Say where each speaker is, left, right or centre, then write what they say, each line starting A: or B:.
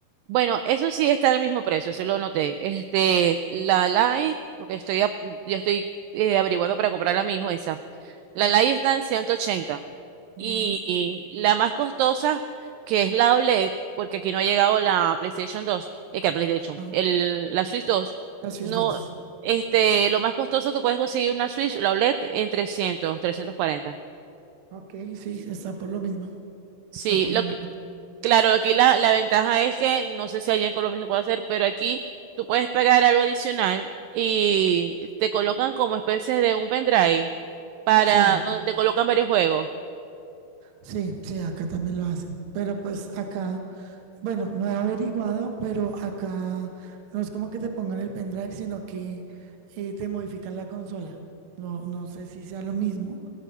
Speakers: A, on the right; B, on the right.
A: Bueno, eso sí está al mismo precio, eso lo noté. Este, la Light, porque estoy, a- yo estoy eh, averiguando para comprar la misma esa. La Light está en 180
B: Ujú,
A: y la más costosa, que es la OLED, porque aquí no ha llegado la PlayStation 2, eh, que la PlayStation,
B: ajá.
A: el, la Switch 2,
B: La Switch
A: no,
B: 2.
A: este, lo más costoso que puedes conseguir una Switch, la OLED, en 300, 340.
B: Ok, sí, está por lo mismo.
A: Sí,
B: Está por
A: lo
B: lo mismo.
A: que, Claro, aquí la, la ventaja es que no sé si allá en Colombia se puede hacer, pero aquí tú puedes pagar algo adicional y te colocan como especie de un pendrive para
B: Sí.
A: donde te colocan varios juegos.
B: Sí, sí, acá también lo hacen. Pero pues acá, bueno, no he averiguado, pero acá no es como que te pongan el pendrive, sino que eh, te modifican la consola. No, no sé si sea lo mismo,